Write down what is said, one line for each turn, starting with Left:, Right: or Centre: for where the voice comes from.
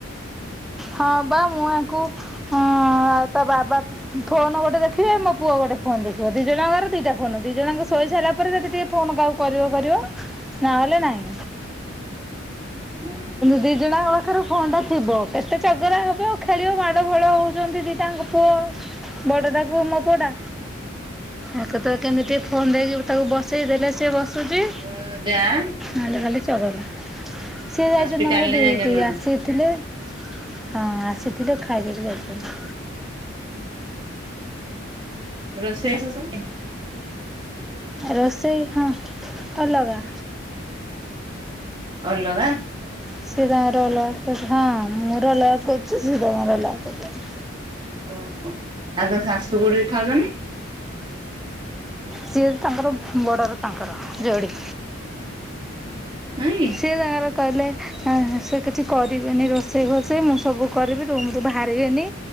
Centre: ହଁ ବା, ମୁଁ ୟାଙ୍କୁ ଅଁ ଅଁ ତା ବାବା ଫୋନ୍ ଗୋଟେ ଦେଖିବେ ମୋ ପୁଅ ଗୋଟେ ଫୋନ୍ ଦେଖିବ, ଦି ଜଣଙ୍କର ଦିଟା ଫୋନ୍, ଦି ଜଣଆଙ୍କ ଶୋଇ ସାଇଲା ପରେ ଯଦି ଟିକେ ଫୋନ୍ କାହାକୁ କରିବ କରିବ, ନ ହେଲେ ନାଇଁ।
Right: ଉଁ ହୁଁ।
Centre: ଦିଜଣ ଆଙ୍କ ପାଖେରେ ଫୋନ୍ ଟା ଥିବ, କେତେ ଚଗରା ହେବ ଖେଳିବ ମାଡ଼ ଗୋଳ ହଉଚନ୍ତି ଦିଟାଙ୍କ ପୁଅ। ବଡଦା ପୁଅ, ମୋ ପୁଅ ଟା ଏ କେତେବେଳେ କେମିତି ଟିକେ ଫୋନ୍ ଦେଇକି ତାକୁ ବସେଇ ଦେଲେ ସିଏ ବସୁଚି।
Right: ଉଁ ଯାଆ?
Centre: ନ ହେଲେ ଖାଲି ଚଗଲା। ସିଏ ଯାଇଚନ୍ତି
Right: ହସ୍ପିଟାଲରେ
Centre: ତାଙ୍କର ଡୀଉଟି
Right: ଯାଇଛନ୍ତି ଜଣେ
Centre: ଆସିଥିଲେ, ହଁ ଆସିଥିଲେ ଖାଇଦେଇକି ଯାଇଚନ୍ତି।
Right: ରୋଷେଇ ବାସ ସବୁ?
Centre: ରୋଷେଇ ହଁ, ଅଲଗା।
Right: ଅଲଗା?
Centre: ସିଏ ତାଙ୍କର ଅଲଗା ଖାଉଚ୍ ହଁ ମୋର ଅଲଗା ଖାଉଚି, ସିଏ ତାଙ୍କର ଅଲଗା ଖାଉଚନ୍ତି।
Right: ଓହୋ, ଆଉ ତୋ ଶାଶୁବୁଡି ଖାଉଚନି?
Centre: ସିଏ ତାଙ୍କର ବଡ଼ର ତାଙ୍କର ଯୋଡ଼ି।
Right: ହଁ କି?
Centre: ସିଏ ତାଙ୍କର କଇଲେ, ଏଁ ହେଁ ସିଏ କିଛି କରିବେନି ରୋଷେଇ ଫୋଷେଇ, ମୁଁ ସବୁ କରିବି। ରୁମରୁ ବାହାରିବେନି,